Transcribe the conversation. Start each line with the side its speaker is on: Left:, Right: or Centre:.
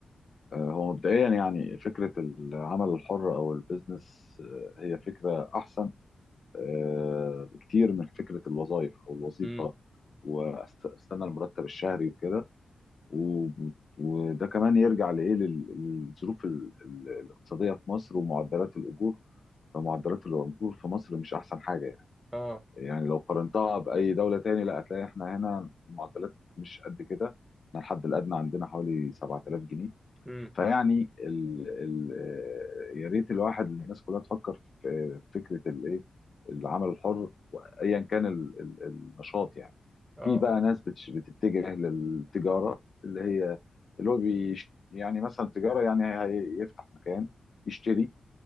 Left: آه، هو مبدئيا يعني فكرة العمل الحر أو البيزنس آه، هي فكرة أحسن آه، بكتير من فكرة الوظائف أو الوظيفة
Right: امم
Left: واستنى المرتب الشهري وكده و- وده كمان يرجع لإيه لل- للظروف ال- ال- الاقتصادية في مصر ومعدلات الأجور فمعدلات الأجور في مصر مش أحسن حاجة يعني
Right: اه
Left: يعني لو قارنتها بأي دولة تاني لا هتلاقي إحنا هنا معدلات مش قد كده إحنا الحد الأدنى عندنا حوالي 7000 جنيه
Right: امم
Left: فيعني ال... ال... يا ريت الواحد الناس كلها تفكر في فكره الايه العمل الحر ايا كان ال... ال... النشاط يعني
Right: اه
Left: في بقى
Right: اه
Left: ناس بتش... بتتجه للتجاره اللي هي اللي هو بيش... يعني مثلا تجاره يعني هي- هيفتح مكان يشتري